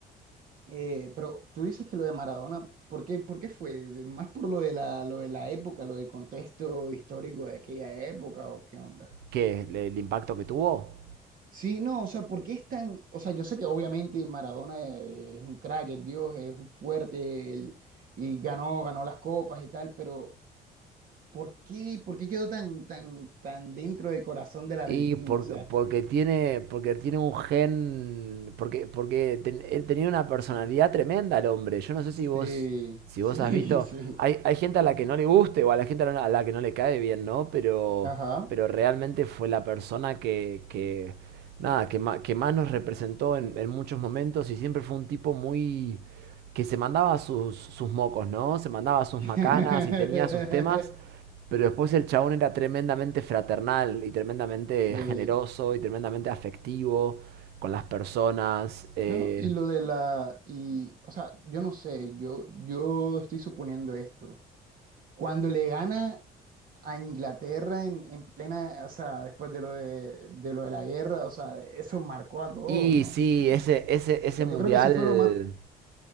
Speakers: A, on the right; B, on the right.
A: Eh, pero tú dices que lo de Maradona, ¿por qué, por qué fue? ¿Más por lo de la, lo de la época, lo del contexto histórico de aquella época o qué onda?
B: ¿qué? ¿El, el impacto que tuvo?
A: Sí, no, o sea, ¿por qué es tan...? O sea, yo sé que obviamente Maradona eh, es un crack, es Dios, es un fuerte, él- y ganó, ganó las copas y tal, pero ¿por qué, por qué quedó tan, tan, tan dentro del corazón del argentino?
B: Y por-
A: O sea,
B: porque tiene, porque tiene un gen, porque, porque ten- él tenía una personalidad tremenda el hombre. Yo no sé si vos,
A: sí,
B: si
A: <laughs> sí,
B: vos has visto,
A: sí,
B: hay, hay gente a la que no le guste o a la gente a la, a la que no le cae bien, ¿no? Pero,
A: ajá.
B: pero realmente fue la persona que, que nada, que, ma- que más nos representó en, en muchos momentos y siempre fue un tipo muy, que se mandaba sus, sus mocos, ¿no? Se mandaba sus
A: <laughs>
B: macanas y tenía sus temas. Pero después el chabón era tremendamente fraternal y tremendamente
A: Sí.
B: generoso y tremendamente afectivo con las personas. eh,
A: No, y lo de la, y, o sea, yo no sé, yo, yo estoy suponiendo esto. Cuando le gana a Inglaterra en, en plena, o sea, después de lo de, de lo de la guerra, o sea, eso marcó a todo,
B: y
A: ¿no?
B: sí,
A: Eso es-
B: ese, ese, ese
A: o sea,
B: mundial,
A: yo creo que eso fue lo más,